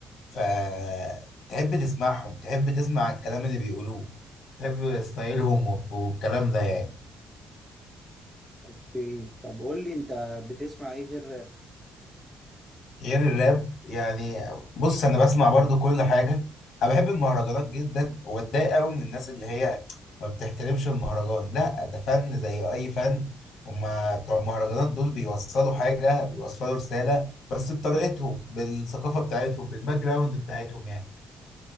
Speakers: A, on the left (about 70°); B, on the right (about 15°).
A: فتحب تسمعهم تحب تسمع الكلام اللي بيقولوه تحب ستايلهم والكلام ده يعني
B: اوكي طب قول لي انت بتسمع ايه غير راب
A: غير الراب يعني بص انا بسمع برضو كل حاجه انا بحب المهرجانات جدا واتضايق قوي من الناس اللي هي ما بتحترمش المهرجان لا ده فن زي اي فن هما بتوع المهرجانات دول بيوصلوا حاجه بيوصلوا رساله بس بطريقتهم بالثقافه بتاعتهم بالباك جراوند بتاعتهم يعني